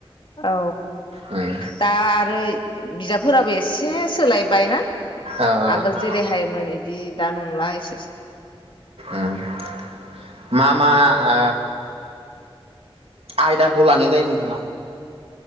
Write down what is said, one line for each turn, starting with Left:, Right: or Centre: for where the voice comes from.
Left: औ
Right: उम
Left: दा आरो बिजाबफोराबो एसे सोलायबाय ना
Right: ओ ओ
Left: आगोल जेरैहायोमोन बिदि दा नंला ए
Right: उम मा मा आ आ आयदाखौ लानाय जायो नोंथाङा